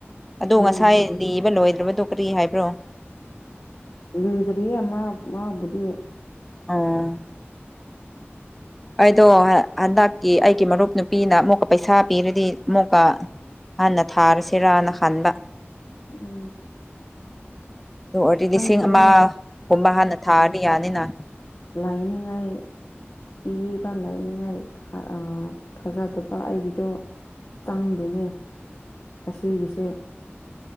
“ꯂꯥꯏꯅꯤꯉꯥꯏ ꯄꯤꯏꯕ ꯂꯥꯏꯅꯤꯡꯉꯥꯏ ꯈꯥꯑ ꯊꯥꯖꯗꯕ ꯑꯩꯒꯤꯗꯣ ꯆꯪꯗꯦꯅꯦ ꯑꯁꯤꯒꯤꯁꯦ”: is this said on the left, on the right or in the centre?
Left